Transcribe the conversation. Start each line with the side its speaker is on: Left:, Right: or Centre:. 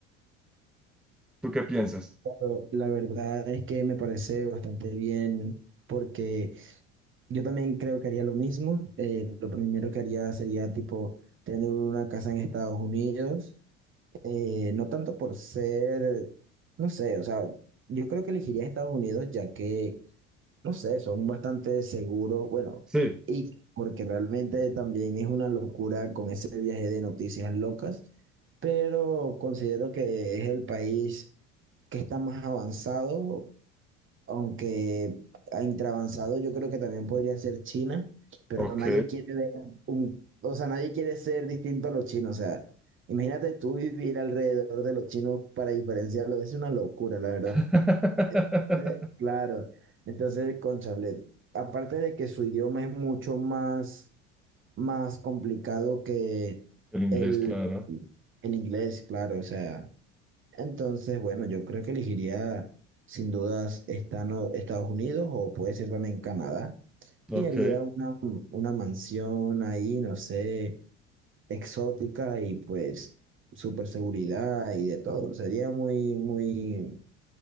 Centre: ¿Tú qué piensas?
Right: Pero La verdad es que me parece bastante bien porque Yo también creo que haría lo mismo. Eh, lo primero que haría sería tipo tener una casa en Estados Unidos. Eh, no tanto por ser, no sé, o sea, yo creo que elegiría Estados Unidos ya que, no sé, son bastante seguros. Bueno,
Centre: Sí,
Right: y porque realmente también es una locura con ese viaje de noticias locas, pero considero que es el país que está más avanzado aunque intravanzado yo creo que también podría ser China, pero
Centre: ok.
Right: nadie quiere ver un, o sea, nadie quiere ser distinto a los chinos, o sea, imagínate tú vivir alrededor de los chinos para diferenciarlos, es una locura, la verdad.
Centre: <laughs>
Right: Eh, Claro, entonces, cónchale, aparte de que su idioma es mucho más, más complicado que
Centre: El inglés,
Right: el,
Centre: claro.
Right: el inglés, claro, o sea, entonces, bueno, yo creo que elegiría sin dudas Estano- Estados Unidos o puede ser también Canadá
Centre: Ok.
Right: y haría una, una mansión ahí, no sé, exótica y pues super seguridad y de todo. Sería muy, muy,